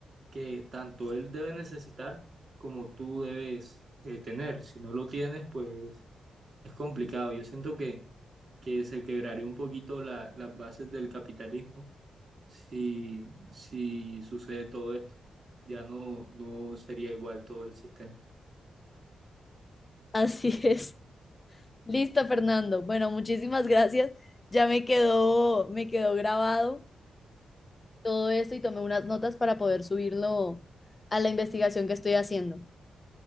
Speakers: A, on the right; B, on the left.
A: que tanto él debe necesitar como tú debes eh, tener. Si no lo tienes, pues es complicado. Yo siento que, que se quebraría un poquito la- las bases del capitalismo si, si sucede todo esto. Ya no, no sería igual todo el sistema.
B: <laughs> Así es. Listo, Fernando. Bueno, muchísimas gracias. Ya me quedó, me quedó grabado todo esto y tomé unas notas para poder subirlo a la investigación que estoy haciendo.